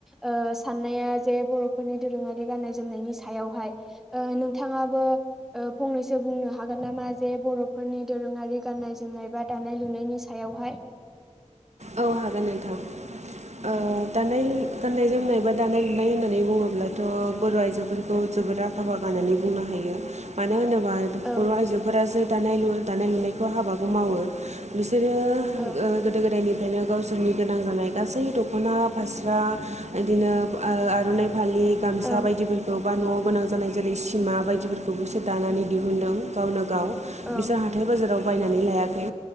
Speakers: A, in the centre; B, on the right.
A: ओ साननाया जे बर'फोरनि दोरोङारि गाननाय जोमनायनि सायावहाय ओ नोंथाङाबो फंनैसो बुंनो हागोन नामा जे बर'फोरनि दोरोङारि गाननाय जोमनाय बा दानाय लुनायनि सायावहाय <inaudible>
B: औ हागोन नोंथां औ दानाय गाननाय जोमनाय बा दानाय लुनाय होननानै बुङोब्लाथ' बर' आइजोफोरखौ जोबोद आखा फाखा होननानै बुंनो हायो मानो होनो बा
A: औ
B: बर' आइजोफोरासो दानाय लु दानाय लुनायखौ हाबाखौ मावो बि सोरो
A: औ
B: ओ गोदो गोदायनि ओंखायनो गावसोरनि गोनां जानाय गासै दख'ना फास्रा बिदिनो ओ आर'नाइ फालि गामसा
A: औ
B: बायदिफोरखौ बा नवाव गोनां जानाय जेरै सिमा बायदिफोरखौबो बिसोर दानानै दिहुनदों गावनो गाव
A: औ
B: बिसोर हाथाय बाजाराव बायनानै लायाखै